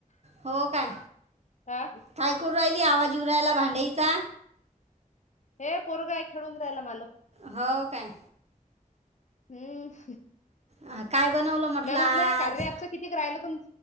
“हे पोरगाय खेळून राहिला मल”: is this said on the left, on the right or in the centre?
Left